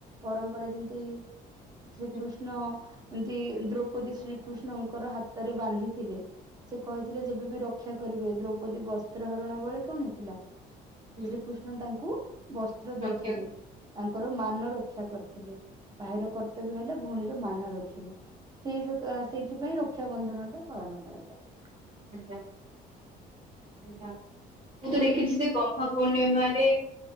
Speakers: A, on the right; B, on the right.
A: ପରମ୍ପରା ଯେମିତି ଶ୍ରୀକୃଷ୍ଣ
B: ହୁଁ
A: ଯେମିତି ଦ୍ରୌପତୀ ଶ୍ରୀକୃଷ୍ଣଙ୍କର ହାତରେ ବାନ୍ଧିଥିଲେ। ସେ କହିଥିଲେ ଯେବେ ବିି ରକ୍ଷା କରିବେ ଦ୍ରୌପଦୀ ବସ୍ତ୍ରହରଣ ବଳେ କଣ ହେଇଥିଲା।
B: ହୁଁ
A: ଶ୍ରୀକୃଷ୍ଣ ତାଙ୍କୁ ବସ୍ତ୍ର
B: ରଖିବାକୁ
A: ଦେଇଥିଲେ। ତାଙ୍କର ମାନ ରକ୍ଷା କରିଥିଲେ ଭାଇର କର୍ତ୍ତବ୍ୟ ହେଲେ ଭଉଣୀର ମାନ ରଖିବା। ସେଇ ସେଇଥିପାଇଁ ରକ୍ଷାାବନ୍ଧନ ଟା ପାଳନ କରାଯାଏ।
B: ଆଚ୍ଛା। ସେଇଟା ମୁଁ ତ ଦେଖିଛି ଯେ ଗମହାପୂର୍ଣ୍ଣିମାରେ